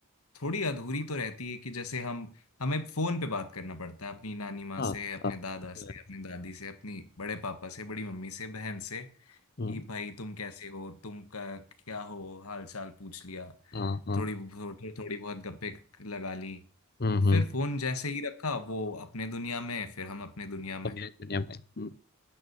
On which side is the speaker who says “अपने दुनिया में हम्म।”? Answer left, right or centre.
Left